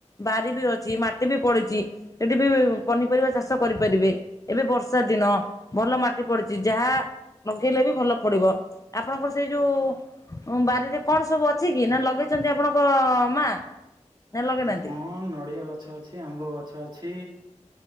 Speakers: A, on the left (about 25°); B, on the right (about 35°).
A: ବାରି ବି ଅଛି। ମାଟି ବି ପଡିଚି। ଏଠିବି ପନିପରିବା ଚାଷ କରିପାରିବେ। ଏବେ ବର୍ଷା ଦିନ। ଭଲ ମାଟି ପଡିଚି। ଯାହା ମଗେଇଲେବି ଭଲ ପଡିବ ଆପଣଙ୍କର ସେଇ ଯୋଉ ବାରିରେ କଣ ସବୁ ଅଛି କି। ନା ଲଗେଇଛନ୍ତି ଆପଣଙ୍କ ମା ନା ଲଗେଇନାହାନ୍ତି
B: ହଁ ନଡିଆ ଗଛ ଅଛି, ଆମ୍ବ ଗଛ ଅଛି।